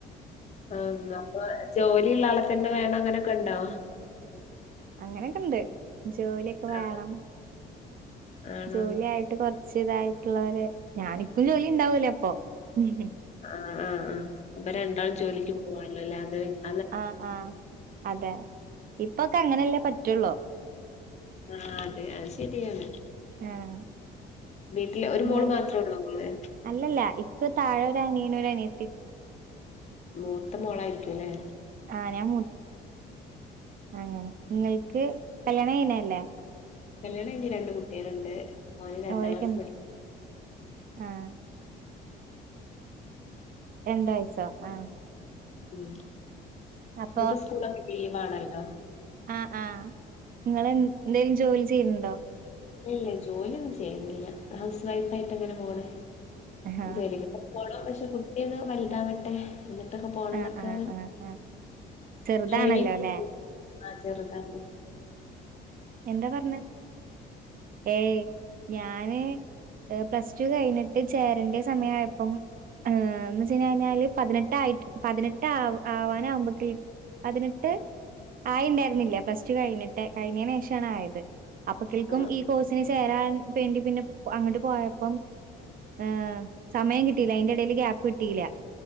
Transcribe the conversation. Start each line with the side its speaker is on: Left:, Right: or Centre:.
Left: ആ ജോലി ള്ള ആള് തന്നെ വേണം അങ്ങനെയൊക്കെ ഉണ്ടോ
Right: അങ്ങനൊക്കെ ഇണ്ട് ജോലിയൊക്കെ വേണം
Left: ആഹ് ആണോ?
Right: ജോലി ആായിട്ട് കൊറച്ച് ഇതായിട്ടുള്ളവര് ഞാനിക്കും ജോലി ഉണ്ടാവൂലേ അപ്പൊ ഉം
Left: ആ ആ ആ അപ്പൊ രണ്ടാളും ജോലിക്ക് പോകാലോ അല്ലേ
Right: ആഹ് ആഹ് അതെ ഇപ്പൊക്കെ അങ്ങനെല്ലേ പറ്റുള്ളൂ
Left: ആ അതെ അത് ശരിയാണ്
Right: ആഹ്
Left: വീട്ടില് ഒരു
Right: നിങ്ങൾ
Left: മോള് മാത്രേ ഉള്ളൂ ങ്ങള്
Right: അല്ലല്ല ഇക്ക് താഴെ ഒരനിയനും ഒരനിയത്തി
Left: മൂത്ത മോളായിരിക്കുംല്ലേ
Right: ആഹ് ഞാൻ അങ്ങനെ നിങ്ങൾക്ക് കല്യാണം കഴിഞ്ഞത് അല്ലേ
Left: കല്യാണം കഴിഞ്ഞ് രണ്ട് കുട്ടികള് ഉണ്ട് മോന് രണ്ടാം
Right: ഓരൊക്കെ
Left: ക്ലാസ് പഠിക്കു
Right: ആഹ് രണ്ട് വയസ്സ ആ
Left: ഉം
Right: അപ്പൊ
Left: ഇന്നിപ്പോ സ്കൂളൊക്കെ ലീവാണല്ലോ
Right: ആഹ ആഹ നിങ്ങൾ എന്തോലും ജോലി ചെയ്യുണണ്ടോ
Left: ഇല്ല ജോലിയൊന്നും ചെയ്യുന്നില്ല ഹൗസ് വൈഫ് ആയിട്ട് അങ്ങനെ പോണേ
Right: ആഹ്
Left: ജോലിക്കൊക്കെ പോണം പക്ഷെ കുട്ടി ഒന്ന് വലുതാാവട്ടെ എന്നിട്ടൊക്കെ പോണം
Right: ആഹ്
Left: എന്നൊക്കെ
Right: ആഹ് ആഹ് ആഹ് ചെറുതാണല്ലോ
Left: ഡ്രൈവി
Right: അല്ലെ
Left: ആ ചെറുത ആ.
Right: എന്താ പറഞ്ഞ ഏയ് ഞാന് പ്ലസ് ടു കഴിഞ്ഞിട്ട് ചേരണ്ട സമയയപ്പം- ഏർ എ വെച്ച കഴിഞ്ഞ കഴിഞ്ഞാല് പതിനെട്ട ആ് പതിനെട്ട് ആ ആവാനാകുമ്പത്ത- അതിനിട്ട് ആയി ഉണ്ടായിരുന്നില്ല പ്ലസ് ടു കഴിഞ്ഞിട്ട് കഴിഞ്ഞതിന് ശേഷമാണ് ആയത് അപ്പക്കൾക്കും
Left: ആ
Right: ഈ കോഴ്സിന് ചേരാൻ വേണ്ടി പിന്നെ അങ്ങോട്ട് പോയപ്പം- ആഏ സമയം കിട്ടിയില്ല അതിറെ ഇടയില് ഗ്യാപ്പ് കിട്ടിയില്ല